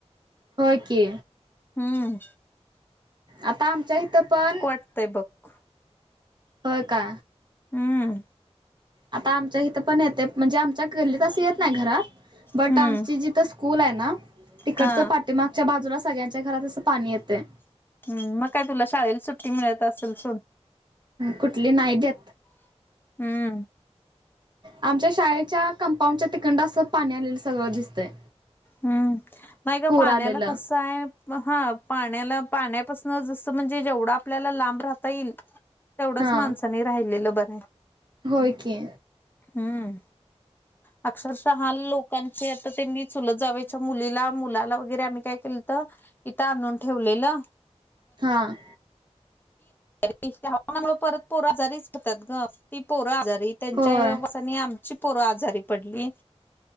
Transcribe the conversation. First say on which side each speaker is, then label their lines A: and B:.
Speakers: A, on the right (about 40°); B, on the left (about 20°).
A: हो की.
B: हम्म
A: आता आमच्या हितं पण,
B: आटतय बघ.
A: होय का?
B: हं.
A: आता आमच्या हिथं पण येते. म्हणजे आमच्या गल्लीत अस येत नाही घरात. बट
B: हम्म
A: आमची जिथ स्कूल आहे ना, तिकडचं
B: हा
A: पाठीमागच्या बाजूला सगळ्यांच्या घरात अस पाणी येतंय.
B: हं. मग काय तुला शाळेला सुट्टी मिळत असेल सोड.
A: कुठली? नाही देत.
B: हं.
A: आमच्या शाळेच्या कंपाऊंडच्या तिकंड असं पाणी आलेलं सगळं दिसतंय.
B: हं, नाही गं
A: पूर
B: पाण्याला
A: आलेलं
B: कस आहे, म हा पाण्याला पाण्यापासन जसं म्हणजे जेवढा आपल्याला लांब राहता येईल, तेवढंच
A: हा
B: माणसानी राहिलेलं बरं आहे.
A: होय की.
B: हं. अक्षरशः हाल लोकांचे आता ते मी चुलत जावेच्या मुलीला, मुलाला वगैरे आम्ही काय केलते इथं आणून ठेवलेलं.
A: हां.
B: ह्या दिवशीच्या हवामानामुळे परत पोर आजारीच पडतात ग. ती पोर आजारी त्यांच्या
A: होय
B: आई बाबा आणि आमची पोर आजारी पडली.